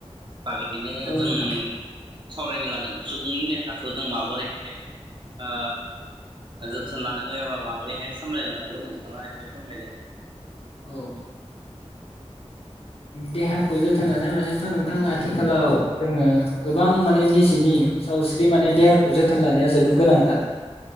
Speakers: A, on the right; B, on the left.
A: बागैनो
B: औ
A: जों
B: नोंथां
A: सावरायनो लादों सुबुंनि देहाखौ जों माबोरैहाय आ आ जोथोन लानांगौ एबा माबोरैहाय सामलायलांनांगौ <unintelligible> नोंथाङा एसे फोरमायदो ।
B: औ । देहाखौ जोथोन लानाय मानेथ' नोंथां आथिखालाव जोङो गोबां माने निजेनि सावस्रि माने देहाखौ जोथोन लानाया जोबोद गोनांथार ।